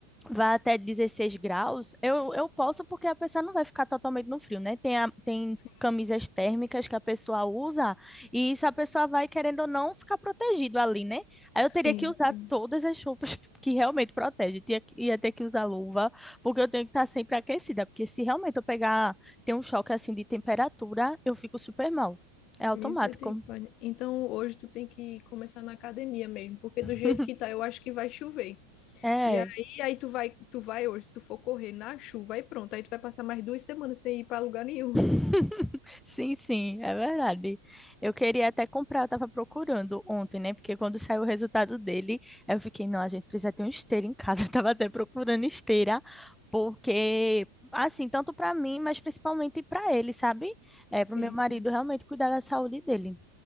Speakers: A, in the centre; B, on the left (about 40°).
A: vá até 16 graus, eu, eu posso porque a pessoa não vai ficar totalmente no frio, né? Tem, a- tem
B: sim,
A: camisas térmicas que a pessoa usa e isso a pessoa vai, querendo ou não, ficar protegido ali, né? Aí eu teria
B: sim,
A: que usar
B: sim.
A: todas as roupas <laughs> que realmente protegem. Tinha, que- ia ter que usar luva, porque eu tenho que estar sempre aquecida, porque se realmente eu pegar, ter um choque assim de temperatura, eu fico super mal. É automático.
B: Misericórdia. Então hoje tu tem que começar na academia mesmo, porque do jeito
A: <laughs>
B: que tá, eu acho que vai chover.
A: É.
B: E aí, aí tu vai, tu vai hoje, se tu for correr na chuva, aí pronto, aí tu vai passar mais duas semanas sem ir para lugar nenhum.
A: <laughs> Sim, sim, é verdade. Eu queria até comprar, eu tava procurando ontem, né? Porque quando saiu o resultado dele, eu fiquei, não, a gente precisa ter uma esteira em casa. <laughs> Eu tava até procurando esteira, porque, assim, tanto para mim, mas principalmente para ele, sabe? É,
B: Sim,
A: pro meu marido
B: sim,
A: realmente cuidar da saúde dele.